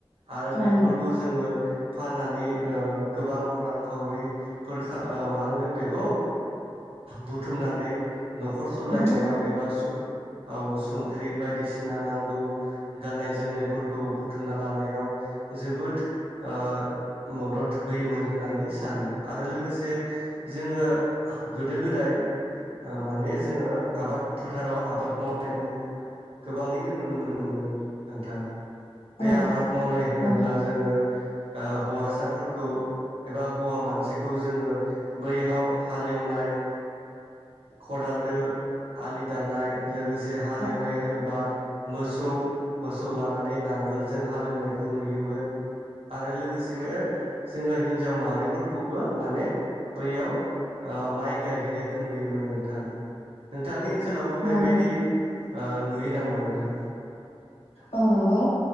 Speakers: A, on the right (about 70°); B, on the left (about 80°).
A: आरो
B: औ
A: बेफोरखौ
B: नंगौ
A: जोंङो फाननानै ओ गोबां रांखावरिफोर खा मा होनो बेखौ? बुथुमनानै न'खर सालायनायाव
B: बुथुम
A: एबा सु औ संख्रि बायदिसिना नां गौ गाननाय जोमनायफोरखौ बुथुमना लानायाव जोबोद ओ मदद होयोमोन होननानै सानो आरो लोगोसे जोंङो गोदो गोदाय ओ माने जोंङो आबाद फोथाराव आबाद मावनायखौ गोबांङैनो नुनो मोनो मोन नो-नोंथां।
B: नंगौ
A: बे आबाद मावनाय होनोब्ला
B: नंगौ
A: जोंङो ओ हौवासाफोरखौ एबा हौवा मानसिखौ जोंङो बैहाव हालेवनाय खदालदो आलि दाननाय लोगोसे हालेवनाय
B: औ
A: होनोबा मोसौ मोसौ लानानै नांगोलजों हालेवनायखौ नुयोमोन आरो लोगोसेनो जोंङो हिनजाव माहारिफोरखौबो माने बैयाव ओ माइ गायहैनायखौ नुयोमोन नोंथां नोंथांनि ओनसो ओनसोलावबो बेबायदि
B: नंगौ
A: ओ नुयो नामा? मा नोंथां?
B: औ नंगौ